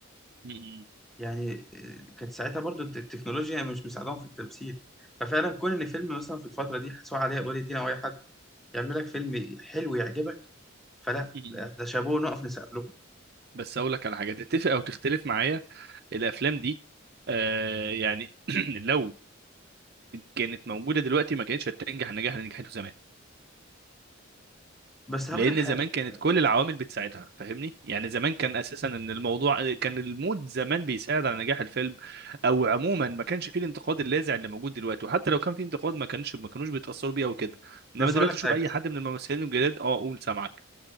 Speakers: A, on the right; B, in the centre.
A: م-
B: يعني آه، كانت ساعتها برضو الت- التكنولوجيا مش مساعدهم في التمثيل ففعلا كون ان فيلم مثلا في الفتره دي سواء علاء ولي الدين او اي حد يعمل لك فيلم حلو يعجبك فلا
A: م- م.
B: ده ده شابوه نقف نسقف لهم
A: بس اقول لك على حاجه تتفق او تختلف معايا الافلام دي آه يعني <clears throat> لو كانت موجوده دلوقتي ما كانتش هتنجح النجاح اللي نجحته زمان
B: بس هقول
A: لان
B: لك حاجه
A: زمان
B: صدقني.
A: كانت كل العوامل بتساعدها فاهمني يعني زمان كان اساسا ان الموضوع كان المود زمان بيساعد على نجاح الفيلم او عموما ما كانش فيه الانتقاد اللاذع اللي موجود دلوقتي وحتى لو كان فيه انتقاد ما كانش ما كانوش بيتاثروا بيه او كده
B: بس
A: انما دلوقتي
B: هقول لك
A: شوف
B: حاجه
A: اي حد من الممثلين الجداد اه قول سامعك